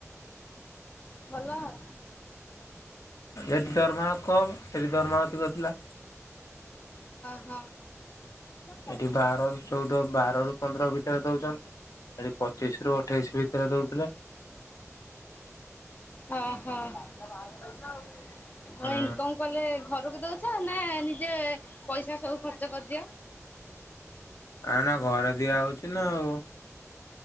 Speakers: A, on the left; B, on the left.
A: ଭଲ ଆଉ।
B: ଏଠି ଦରମା କମ୍ ସେଠି ଦରମା ଅଧିକ ଥିଲା।
A: ହଁ। ଓହୋ। ହଁ
B: ଏଠି ବାର ର ଚଉଦ ବାର ର ପନ୍ଦର ଭିତରେ ଦଉଛନ୍ ଏଠି ପଚିଶ ରୁ ଅଠେଇଶି ଭିତରେ ଦଉଥିଲେ।
A: ଅ ହ। ହଁ
B: ହୁଁ।
A: ଇନକମ୍ କଲେ ଘରକୁ ଦ ଛ ନା ନିଜେ ପଇସା ସବୁ ଖର୍ଚ୍ଚ କରିଦିଅ?
B: ନା ନା ଘରେ ଦିଆ ହଉଛି ନା ଆଉ।